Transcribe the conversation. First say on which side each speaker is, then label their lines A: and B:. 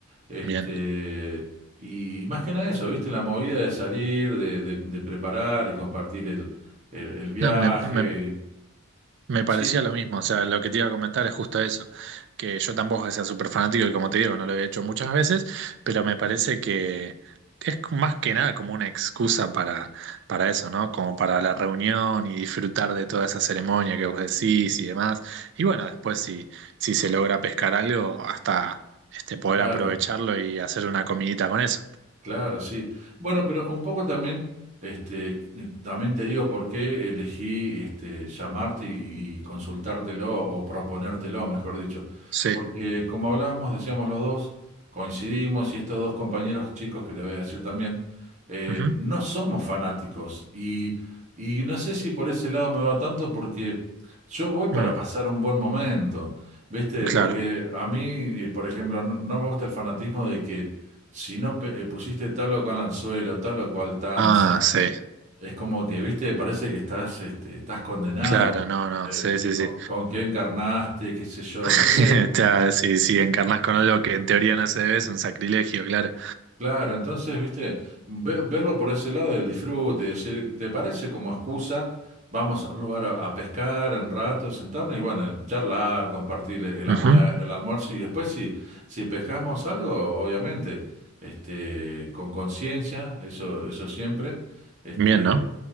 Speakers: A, on the right; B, on the right.
A: Este,
B: Bien.
A: y, y más que nada eso, ¿viste? La movida de salir, de, de- de preparar y compartir el, el- el viaje.
B: No, me, me Me
A: Sí,
B: parecía lo mismo, o sea, lo que te iba a comentar es justo eso, que yo tampoco sea súper fanático y como te digo, no lo había hecho muchas veces, pero me parece que es más que nada como una excusa para, para eso, ¿no? Como para la reunión y disfrutar de toda esa ceremonia que vos decís y demás. Y bueno, después si, si se logra pescar algo, hasta este, poder
A: claro.
B: aprovecharlo y hacer una comidita con eso.
A: Claro, sí. Bueno, pero un poco también, este, eh, también te digo por qué elegí este, llamarte y, y consultártelo o proponértelo, mejor dicho.
B: Sí.
A: Porque como hablábamos, decíamos los dos, coincidimos y estos dos compañeros chicos que le voy a decir también, eh,
B: Ujú.
A: no somos fanáticos. Y, y no sé si por ese lado me va tanto porque yo voy para
B: Mm,
A: pasar un buen momento, ¿viste?
B: claro.
A: Porque a mí, eh, por ejemplo, no no me gusta el fanatismo de que si no pe- eh, pusiste tal o cual anzuelo, tal o cual tanza,
B: Ah, sí.
A: es como que, viste, parece que estás, este, estás condenado,
B: Claro, no, no,
A: eh,
B: sí,
A: que
B: sí,
A: con,
B: sí.
A: con qué encarnaste, qué sé yo. Entonces,
B: <laughs> Está, si, si encarnas con algo que en teoría no se debe, es un sacrilegio, claro.
A: claro, entonces, viste, ve- verlo por ese lado del disfrute y decir, ¿te parece como excusa? Vamos a un lugar a, a pescar un rato, sentarnos y bueno, charlar, compartir el,
B: Ujú.
A: amue- el almuerzo y después si, si pescamos algo, obviamente, este, con conciencia, eso, eso siempre. Este,
B: Bien, ¿no?